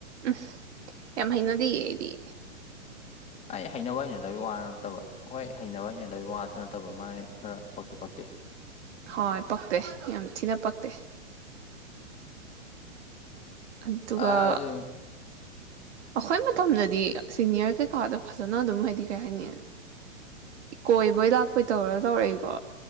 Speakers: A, on the right; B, on the left.
A: ꯎꯝ ꯌꯥꯝꯃꯩꯅꯗꯤꯌꯦ ꯑꯩꯗꯤ
B: ꯑꯩ ꯍꯩꯅꯕ ꯍꯩꯅꯗꯕꯒꯤ ꯋꯥ ꯅꯠꯇꯕ ꯍꯣꯏ ꯍꯩꯅꯕ ꯍꯩꯅꯗꯕꯒꯤ ꯋꯥꯁꯨ ꯅꯠꯇꯕ ꯃꯥꯥꯏ ꯈꯔ ꯄꯛꯇꯤ ꯄꯛꯇꯦ
A: ꯍꯣꯏ ꯄꯛꯇꯦ ꯌꯥꯝ ꯊꯤꯅ ꯄꯛꯇꯦ ꯑꯗꯨꯒꯗꯨ
B: ꯑꯗꯨ
A: ꯑꯩꯈꯣꯏ ꯃꯇꯝꯗꯗꯤ ꯁꯤꯅꯤꯌꯔ ꯀꯩꯀꯥꯗ ꯐꯖꯅ ꯑꯗꯨꯝ ꯍꯥꯏꯗꯤ ꯀꯩ ꯍꯥꯏꯅꯤ ꯀꯣꯏꯕꯩ ꯂꯥꯛꯄꯩ ꯇꯧꯔ ꯇꯧꯔꯛꯏꯀꯣ